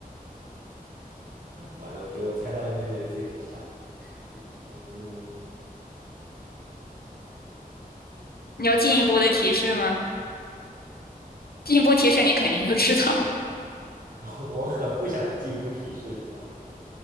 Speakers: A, on the right; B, on the left.
A: 完了，我觉得我猜到音乐，觉得自己很傻。嗯，
B: 你要进一步的提示吗？进一步提示你肯定就知道了
A: <laughs> 我很不想进一步提示，你知道吗？